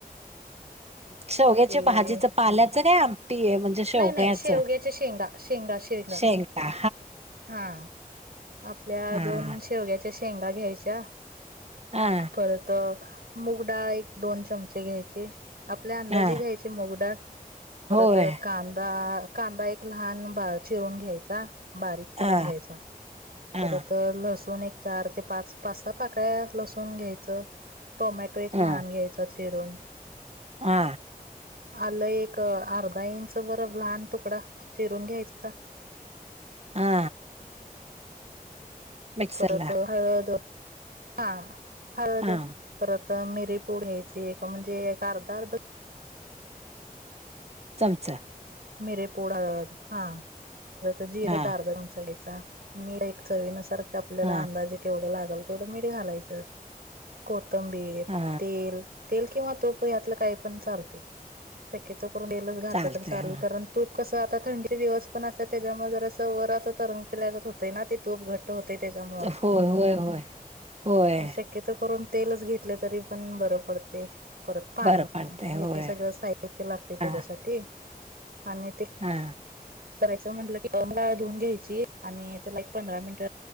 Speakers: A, on the right; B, on the right.
A: शेवग्याच्या
B: ते
A: भाजीच, पाल्याचं, काय आमटी आहे म्हणजे. शेवगयाच
B: नाही नाही शेवग्याच्या शेंगा शेंगा शेंगा
A: शेगा.
B: हा आपल्या
A: हा
B: दोन शेवग्याच्या शेंगा घ्यायच्या.
A: हा
B: परत मुगडाळ एक दोन चमचे घ्यायची. आपल्या अंदाजी
A: हा
B: घ्यायची मुगडाळ परत
A: होय
B: कांदा कांदा एक लहान बा चिरून घ्यायचा, बारीक चिरून
A: हा
B: घ्यायच.
A: हा
B: परत लसुण, एक चार ते पाच पाच पाकळ्या लसून घ्यायच, टोमॅटो एक
A: हा
B: लहान घ्यायच. चिरून,
A: हा
B: आलं एक अर्धा इंच बर, लहान तुकडा शिरून घ्यायचा.
A: हा, मिक्सरला
B: परत हळद हा हळद
A: हा
B: परत, तर मिरचीपूड या्यायची एक म्हणजे एक अर्ध अर्ध,
A: चमचा,
B: मिरीपूड हळद हा तर जिरे
A: हा
B: का अर्ध तुमच्या घयाचं. मीठ एक चवीनुसारख आपल्याला
A: हा
B: अंदाजे केवढं लागल. तेवढं मीठ घालायचं कोथंबीर,
A: हा
B: तेल तेल किंवा तोप यातलं काही पण चालते शक्यत करून तेल च घातलं
A: चालतय
B: तर चाल,
A: हा
B: तूप कसं आता थंडीचे दिवस पण असत, त्याच्यामुळे जर अस वर असं तरंगते लागत होते ना ते तूप घट होत. त्याच्यामुळे
A: होय होय होय होय
B: म शक्यत करून. तेलच घेतले तरी पण बरं पडते. परत पाणी
A: बरं पडतंय
B: हे
A: होय
B: सगळं साहित्य लागते त्याच्यासाठी,
A: हा
B: आणि ते,
A: हा
B: करायचं म्हटलं की गळ <unintelligible> धुवून घ्यायची आणि त्याला एक पंधरा मिनिट